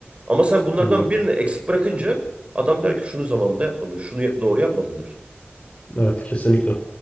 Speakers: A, on the right; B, on the left.
A: Ama sen bunlardan
B: Anladım.
A: birini eksik bırakınca adam der ki şunu zamanında yapmadın, şunu yap- doğru yapmadın der.
B: Evet kesinlikle.